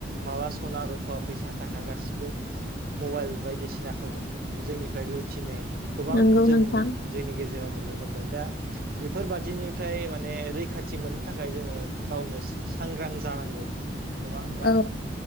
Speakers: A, on the right (about 55°); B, on the left (about 55°).
A: माबा सना रुफा फैसा थाखा गासिबो मबाइल बायदिसिनाखौ जोंनिफ्राय लुथिनाय गोबां
B: नंगौ
A: जों
B: नोंथां
A: जोंनि गेजेराव नुनो मोनदों दा बेफोरबादिनिफ्राय माने रैखाथि मोननो थाखाय जोङो गावनो सांग्रां जानांगौ नङा होनबा
B: औ